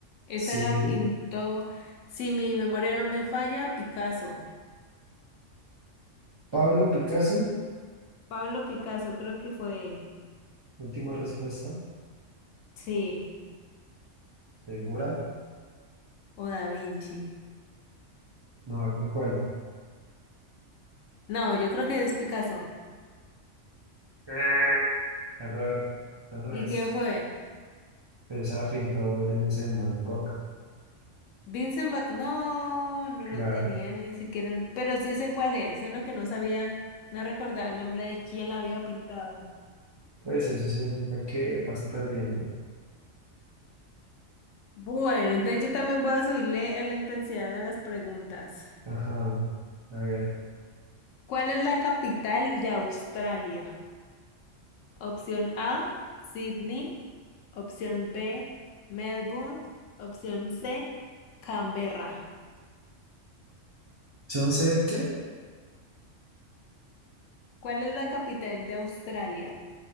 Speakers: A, on the left; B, on the right.
A: Esa
B: Sí,
A: la pintó, si mi memoria no me falla, Picasso.
B: Pablo Picasso.
A: Pablo Picasso, creo que fue él.
B: Última respuesta,
A: Sí,
B: segura.
A: o Da Vinci.
B: No va con cuál.
A: No, yo creo que es Picasso.
B: Ah. Error. Esta no
A: ¿Y
B: es.
A: quién fue?
B: Pero esa la pintó Vincent Van Gogh.
A: Vincent Va- No, no
B: Claro.
A: lo tenía ni siquiera. Pero sí sé cuál es, solo que no sabía, no recordaba el nombre de quién la había pintado.
B: Pues eso significa que vas perdiendo.
A: Bueno, entonces yo también voy a subirle la intensidad a las preguntas.
B: Ajá. A ver.
A: ¿Cuál es la capital de Australia? Opción A, Sydney. Opción B, Melbourne. Opción C, Canberra.
B: ¿Son set qué?
A: ¿Cuál es la capital de Australia?